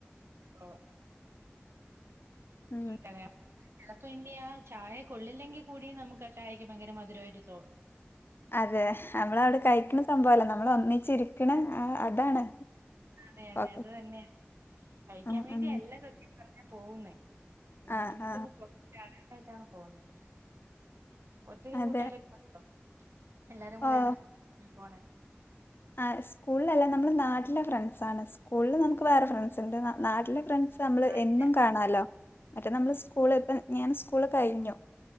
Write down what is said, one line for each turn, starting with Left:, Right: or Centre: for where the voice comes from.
Right: ആഹ്.
Left: ഉം.
Right: അതെ അപ്പ ഇന്ന് ഞാൻ ചായ കൊള്ളില്ലെങ്കി കൂടി നമുക്ക് ആ ചായയ്ക്ക് ഭയങ്കര മധുരവായിട്ട് തോന്നും.
Left: അതെ അമ്മളവ്ടെ കഴിക്ക്ണ സംഭവല്ല നമ്മള് ഒന്നിച്ചിരിക്ക്ണെ അതാണ്.
Right: മേനേജറെന്നെ,
Left: ഫോക്കസ്.
Right: കഴിക്കാൻ
Left: ആഹ്
Right: വേണ്ടി
Left: ആഹ്.
Right: എല്ല സത്യം പറഞ്ഞാ പോകുന്നേ ത്
Left: ആഹ്
Right: ഒരുമിച്ചൊന്ന്
Left: ആഹ്.
Right: പൊർത്ത് ചാടാനായിട്ടാണ് പോകുന്നത്. ഒത്തിരി
Left: അതെ.
Right: കൂട്ടുകാരൊക്കെ <unintelligible> <unintelligible> എല്ലാരും കൂടേണ്
Left: ഓഹ്.
Right: ഉം, പോണെ
Left: ആഹ്, സ്കൂള്ലല്ല നമ്മള് നാട്ടിലെ ഫ്രണ്ട്സാണ്. സ്കൂൾള് നമുക്ക് വേറെ ഫ്രണ്ട് സ്ണ്ട്, നാട്ടിലെ ഫ്രണ്ട്സമ്മള്
Right: ആല്ല
Left: എന്നും കാണാലോ മറ്റേ നമ്മള് സ്കൂള് ഇപ്പ ഞാൻ സ്കൂള് കഴിഞ്ഞു.